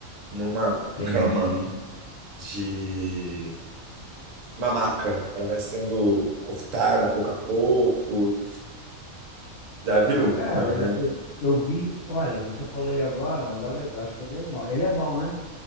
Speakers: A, on the right; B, on the left.
A: numa
B: Entendi.
A: cama de uma maca. Ela vai sendo cortada pouco a pouco. Já viu?
B: Ah, cara,
A: Não,
B: eu,
A: né?
B: eu, eu vi. Olha, você falou aí agora, mas olha, eu acho que eu dei mole. Ele é bom, né?